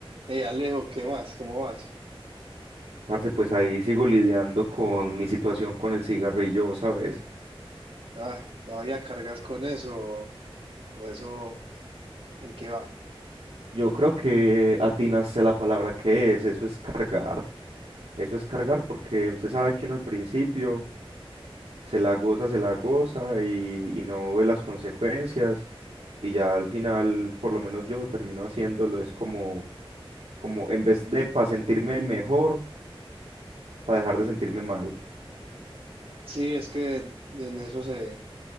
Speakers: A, on the right; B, on the right.
A: Hey Alejo, ¿qué más? ¿Cómo vas?
B: Parce, pues ahí sigo lidiando con mi situación con el cigarrillo, ¿sabes?
A: Ah, ¿todavía cargas con eso o eso en qué va?
B: Yo creo que atinaste a la palabra que es, eso es cargar, eso es cargar porque usted sabe que uno al principio se la goza, se la goza y, y no ve las consecuencias y ya al final, por lo menos yo termino haciéndolo, es como, como en vez de para sentirme mejor, para dejar de sentirme mal.
A: Sí, es que de en eso se,